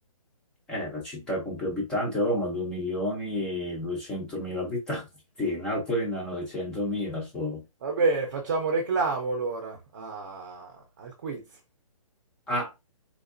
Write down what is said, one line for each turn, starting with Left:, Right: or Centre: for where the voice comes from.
Centre: Eh, la città con più abitanti è Roma, 2 milioni e 200.000 abitanti, <laughs> Napoli ne ha 900.000 solo.
Right: Va bene, facciamo reclamo allora a- al quiz.
Centre: Ah,